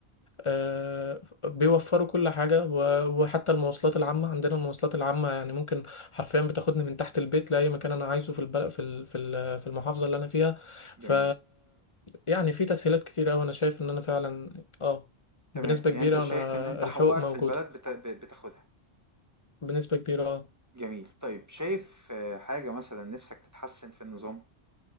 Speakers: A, on the left; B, on the right.
A: آه، بيوفروا كل حاجة و- وحتى المواصلات العامة عندنا المواصلات العامة يعني ممكن حرفيا بتاخدني من تحت البيت لأي مكان أنا عايزه في البلد في ال- في ال- في المحافظة اللي أنا فيها
B: جميل،
A: ف يعني في تسهيلات كتير أوي أنا شايف إن أنا فعلا آه
B: تمام،
A: بنسبة
B: يعني
A: كبيرة
B: أنت شايف
A: أنا
B: إن أنت
A: الحقوق
B: حقوقك
A: موجودة
B: في البلد بت ب بتاخدها،
A: بنسبة كبيرة آه
B: جميل، طيب شايف آه، حاجة مثلًا نِفْسك تتحسّن في النظام؟